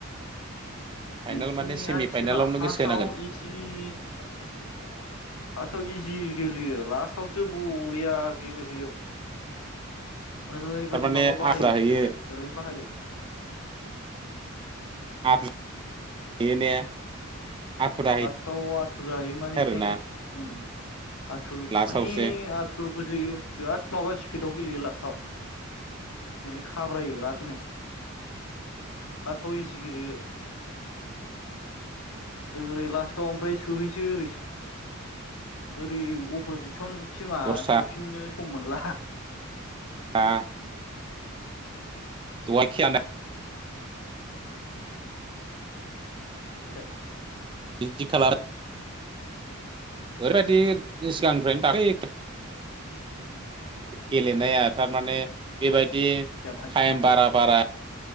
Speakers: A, on the right (about 25°); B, on the left (about 85°).
A: फाइनाल
B: बिसिनिया
A: माने सेमि
B: टिमा
A: फाइनालावनो
B: फार्स्टआव
A: गोसो होनांगोन
B: इजि फार्स्टआव इजि गेलेयो लास्टावसो बरिया गेलेहैयो। ओरैबायदि
A: थारमाने
B: माबा बाहायो
A: आद्रा हैयो
B: बिसोरो टेलेन्ट बाहायो।
A: बेयो ने। आथुरा
B: लास्टाव आथुर जाहैयो
A: हैथारोना
B: माने ओम आथुर माने
A: लास्टावसो
B: आ थुरबो जोयो, बिराद माबा स्पिडआव गेलेयो लास्टाव। माने खाब्रायो बिरादनो फासआव इजि गेलेयो। ओरै लास्टाव ओमफ्राय सोहैसै ओरै ओरै अप'जिसन टिमा
A: दस्रा
B: सोफिननो सम मोनला।
A: <inaudible> दहाय खेला ना
B: मा होनदों?
A: बिदि खालार ओरैबादि सिगांनिफ्रायनो <inaudible> गेलेनाया तारमाने बेबादि
B: जाबाय
A: थाइम बारा बारा